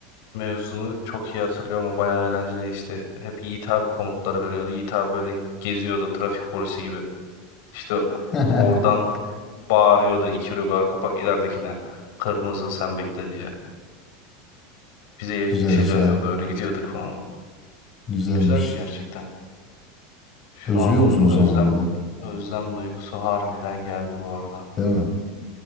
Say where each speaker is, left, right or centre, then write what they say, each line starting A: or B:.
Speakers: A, on the left; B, on the left.
A: mevzunu çok iyi hatırlıyorum. O bayağı eğlenceli işte. Hep iyi tabi komutları veriyordu. İyi tabi böyle geziyordu trafik polisi gibi. İşte
B: <laughs>
A: oradan bağırıyordu iki rögar kapak ileridekine kırmızı sen bekle diye. Bize yeşil
B: Güzel iş
A: yanıyordu
B: abi.
A: öyle gidiyorduk falan.
B: Güzelmiş.
A: Güzeldi gerçekten. Şu
B: Özlüyor
A: an
B: musun o zamanları?
A: özlem özlem duygusu harbiden geldi bu arada.
B: Değil mi?